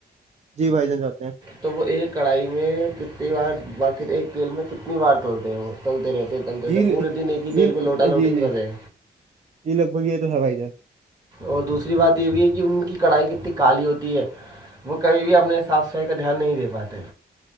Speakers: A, on the right; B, on the right.
A: جی بھائی جان جاتے ہیں
B: تو وہ ایک کڑھائی میں کتنی بار بخر ایک تیل میں کتنی بار چلتے ہیں وہ تلتے رہتے تلتے
A: جی
B: رہتے پورے دن ایک ہی
A: جی
B: تیل کو لوٹا لوٹی
A: جی جی
B: کرے
A: جی لگ بگی ت تھار پائ جے
B: اور دوسری بات یہ بھی ہے کہ ان کی کڑھائی کتنی کالی ہوتی ہے وہ کبھی بھی اپنے صاف صفائی کا دھیان نہیں دے پاتے